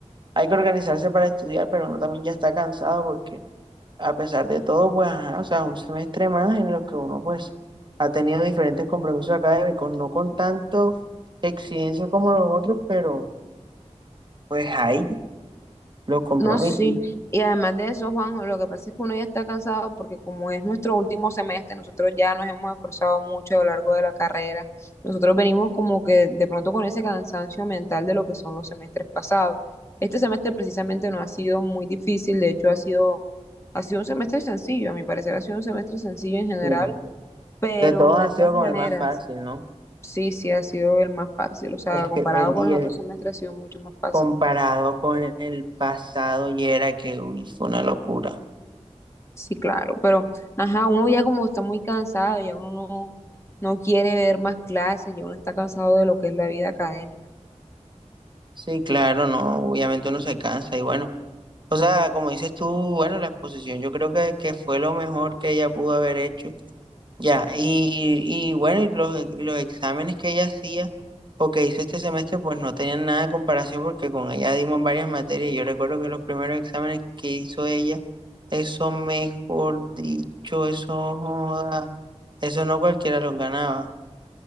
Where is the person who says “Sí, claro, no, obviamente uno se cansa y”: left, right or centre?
Right